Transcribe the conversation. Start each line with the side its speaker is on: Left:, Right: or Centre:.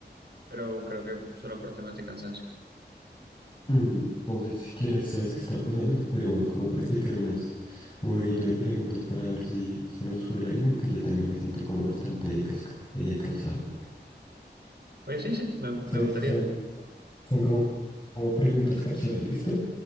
Right: pero creo que solo por temas de cansancio.
Left: Mm, Entonces, si quieres, sabes que estaba pensando que podríamos como practicar unas, un jueguito de preguntas para ver si se nos sube el ánimo, que yo también me siento como bastante casca- eh, cansado.
Right: Pues sí, sí, me, me
Left: Entonces,
Right: gustaría.
Left: son, son como, como preguntas capciosas, ¿listo?